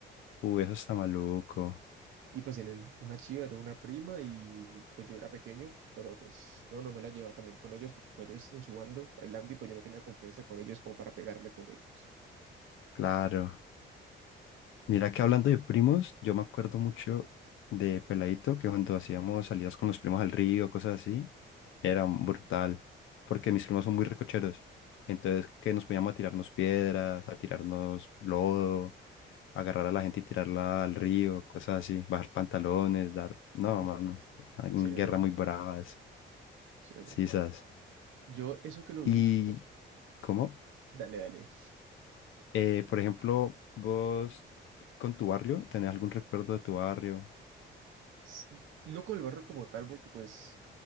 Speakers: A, on the left; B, on the right.
A: Uy, eso está maluco.
B: Y pues tienen una chiva, era una prima y pues yo era pequeño, pero pues no, no me la llevaba también con ellos porque pues ellos en su bando bailando y pues yo no tenía confianza con ellos como para pegarme con ellos.
A: Claro. Mira que
B: Pues,
A: hablando de primos, yo me acuerdo mucho de Peladito, que cuando hacíamos salidas con los primos al río, cosas así, era brutal, porque mis primos son muy recocheros. Entonces, que nos poníamos a tirarnos piedras, a tirarnos lodo, agarrar a la gente y tirarla al río, cosas así, bajar pantalones, dar... No,
B: <laughs>
A: mano, eran
B: chévere,
A: guerras muy bravas,
B: chévere.
A: sisas.
B: Yo eso que lo
A: ¿Y
B: vi, no,
A: cómo?
B: dale, dale.
A: Eh, por ejemplo, vos con tu barrio, ¿tenés algún recuerdo de tu barrio?
B: S- No con el barrio como tal porque pues